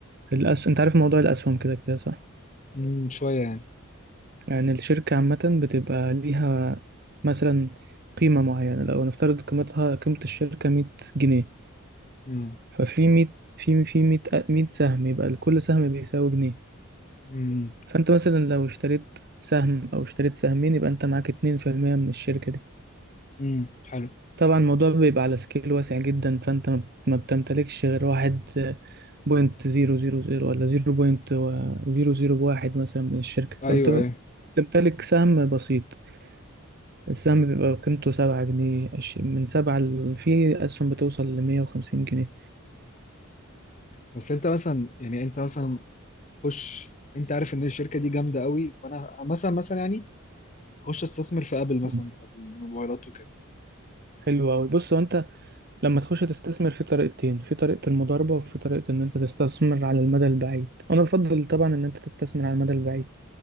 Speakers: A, on the right (about 50°); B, on the left (about 35°).
A: الأس... أنت عارف موضوع الأسهم كده كده صح؟
B: امم شويه يعني
A: يعني الشركة عامة بتبقى ليها مثلا قيمة معينة لو نفترض قيمتها قيمة الشركة مية جنيه
B: امم
A: ففي مية في في مية مية سهم يبقى لكل سهم بيساوي جنيه
B: امم
A: فأنت مثلا لو اشتريت سهم أو اشتريت سهمين يبقى أنت معاك اتنين في المية من الشركة دي
B: امم حلو
A: طبعا الموضوع بيبقى على سكيل واسع جدا فانت ما ما بتمتلكش غير واحد بوينت زيرو زيرو زيرو ولا زيرو بوينت زيرو زيرو واحد مثلا من الشركة فانت
B: ايوه ايوه
A: بتمتلك سهم بسيط السهم بيبقى قيمته سبعة جنيه عش- من سبعة ل- في أسهم بتوصل لمية وخمسين جنيه
B: بس انت مثلا يعني انت مثلا تخش انت عارف ان الشركه دي جامده قوي فانا مثلا مثلا يعني اخش استثمر في ابل مثلا
A: مم.
B: بتاعت الموبايلات وكده
A: حلو أوي بص هو أنت لما تخش تستثمر في طريقتين في طريقة المضاربة وفي طريقة إن أنت تستثمر على المدى البعيد أنا بفضل طبعا إن أنت تستثمر على المدى البعيد